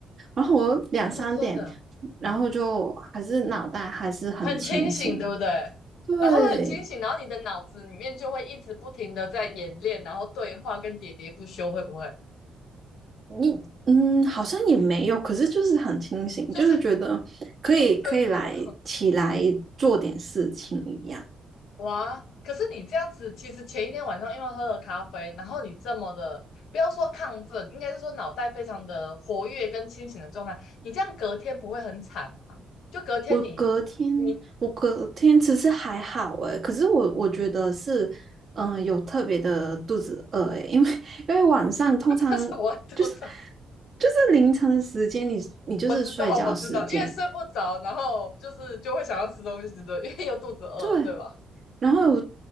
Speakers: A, on the right; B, on the left.
A: 然后我两三点，
B: <laughs> 哦，真的
A: 然后就还是脑袋还是很清醒。
B: 很清醒，对不对？
A: 对
B: 然后很清醒，然后你的脑子里面就会一直不停的在演练，然后对话跟喋喋不休，会不会？
A: 你，嗯，好像也没有，可是就是很清醒，
B: 就是
A: 就是觉得可以可以来起来做点事情一样。
B: <laughs> 真的哦哇，可是你这样子，其实前一天晚上因为喝了咖啡，然后你这么的，不要说亢奋，应该是说脑袋非常的活跃跟清醒的状态，你这样隔天不会很惨吗？就隔天你你
A: 我隔天，我隔天其实还好诶，可是我我觉得是，嗯、有特别的肚子饿诶，因为因为晚上通常就是
B: <laughs> 那是我会吐槽，
A: 就是凌晨的时间你，你就是睡觉时间，
B: 我知道我知道，因为睡不着，然后就是就会想要吃东西，对不对，因为又肚子饿，
A: 对，
B: 对吧？
A: 然后